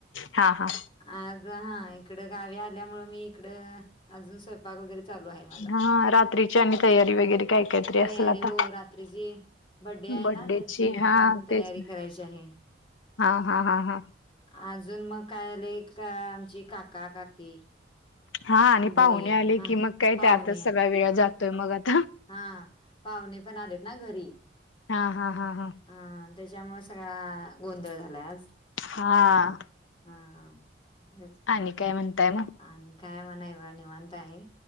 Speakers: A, on the left; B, on the left.
A: हा हा.
B: आज हा इकड गावी आल्या मूळ मी इकड, अजून स्वयंपाक पाक वैगरे चालू आहे माझा.
A: हा रात्रीची आणि तयारी वगैरे काय काहीतरी असेल
B: तयारी
A: आता
B: हो रात्रीची. बड्डे आहे
A: बड्डेची
B: ना त्याची, आता
A: हा
B: अजून तयारी
A: तेच ना
B: करायची आहे.
A: हा हा हा हा.
B: अजून मग काय आलंय, का एक आमची काका काकी.
A: हा आणि पाहुणे
B: बहीण
A: आले
B: हा
A: की मग काय
B: पाहुणे
A: त्यातच सगळा वेळ जातोय मग आता.
B: हा, पाहुणे पण आलेत ना घरी.
A: हा हा हा हा.
B: हा त्याच्यामुळे सगळा गोंधळ झालाय आज.
A: हा
B: हा. तेच की
A: आणि काय म्हणताय मग?
B: आणि काय मणाय बा निवांत आहे.